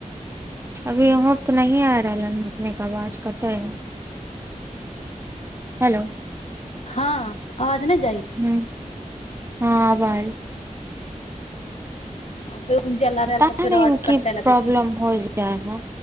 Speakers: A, on the right; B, on the left.
A: अभीयो तऽ नहिंये आय रहल ल अपने क आवाज कटैहय हलो
B: हँ आवाज नई
A: हूं हँ आब आयल
B: फेर उंजिया लारल
A: पता
B: तऽ फेर
A: नहि
B: आाज
A: की
B: कटे लगत
A: प्रॉब्लम हो जाइ है